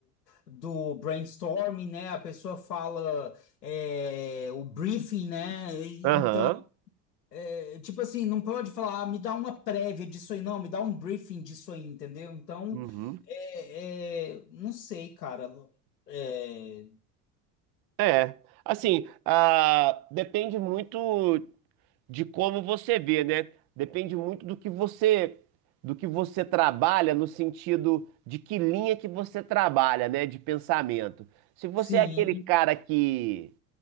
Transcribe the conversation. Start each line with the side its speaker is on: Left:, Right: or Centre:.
Left: do brainstorming, né? A pessoa fala é, o briefing, né? E-
Right: Aham.
Left: Então, é, tipo assim, não pode falar, ah, me dá uma prévia disso aí, não, me dá um briefing disso aí, entendeu? Então,
Right: Uhum.
Left: é, é, não sei, cara. É,
Right: É. Assim, ah, depende muito. de como você vê, né? Depende muito do que você do que você trabalha no sentido de que linha que você trabalha, né, de pensamento. Se você
Left: sim.
Right: é aquele cara que